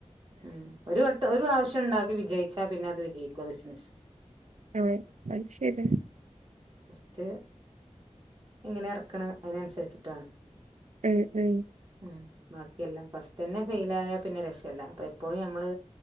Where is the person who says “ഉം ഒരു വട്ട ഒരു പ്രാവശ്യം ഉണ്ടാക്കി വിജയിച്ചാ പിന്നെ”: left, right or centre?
Right